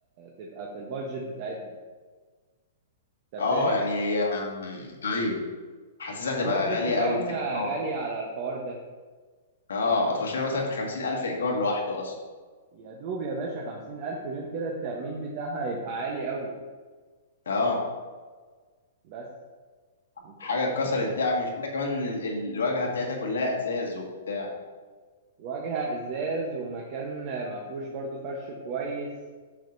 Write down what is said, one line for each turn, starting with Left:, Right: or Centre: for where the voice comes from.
Right: تبقى في البادجت بتاعتنا انت
Left: اه
Right: فاهم
Left: يعني هي آه، ايوه حاسسها هتبقى
Right: البادجت
Left: غالية
Right: بتاعتنا
Left: قوي في الإيجار
Right: غالية على الحوار ده
Left: اه هتخش لها مثلا في خمسين ألف إيجار لوحده أصلا
Right: يا دوب يا باشا خمسين ألف غير كده التأمين بتاعها يبقى عالي قوي
Left: اه
Right: بس انت
Left: حاجة
Right: فاهم
Left: اتكسرت بتاع مش كده كمان ال- ال- الواجهة بتاعتها كلها إزاز وبتاع
Right: واجهة ازاز ومكان مفروش برضو فرش كويس